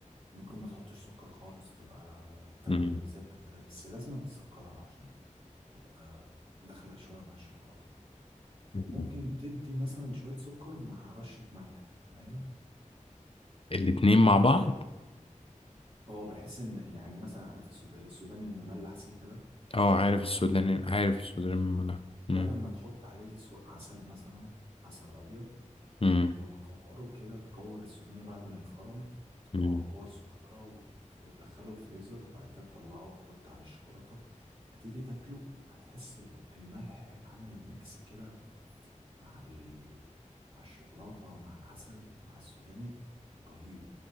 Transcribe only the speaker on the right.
ممكن ما تحطش سكر خالص تبقى تاكل
زبدة كده بس لازم تسكرها عشان تبقى داخلة شوية مع الشوكولاتة
وممكن تدي مثلا شوية سكر مع رشة ملح فاهم
وبعد
كده اه بحس ان يعني مثلا عارف السود- السوداني المملح سيكا ده هو
مش
مملح
قوي
ده
لما تحط عليه سو- عسل مثلا عسل ابيض
وتكوره كده تكور السوداني بعد ما يتفرم تكوره
كور صغيره وت- وتدخله الفريزر وبعد كده تطلعه وتحط عليه الشوكولاته هتيجي تاكله هتحس ال- الملح عامل ميكس كده مع ال... مع الشوكولاته مع العسل مع السوداني رهيب